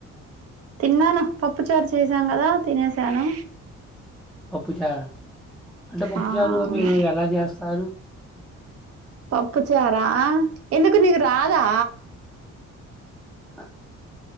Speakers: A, on the right; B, in the centre.
A: తిన్నాను పప్పు చారు చేసాం కదా తినేసాను
B: పప్పు చారా అంటే పప్పు
A: ఆ
B: చారు
A: అవును
B: మీరు ఎలా చేస్తారు
A: పప్పు చారా ఆ ఎందుకు నకు రాధా
B: అ